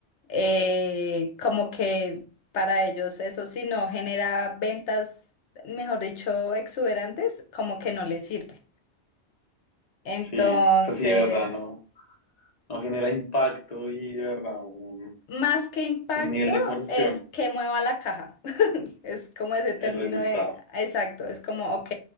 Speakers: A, on the left; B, on the left.
A: eh, como que para ellos eso si no genera ventas, mejor dicho, exuberantes, como que no les sirve. Entonces,
B: sí, o sea, sí, de verdad, no, no genera impacto y de verdad un,
A: más que impacto
B: un nivel de conversación,
A: es que mueva la caja. sí, es como ese término
B: el resultado
A: de, exacto, es como, ok,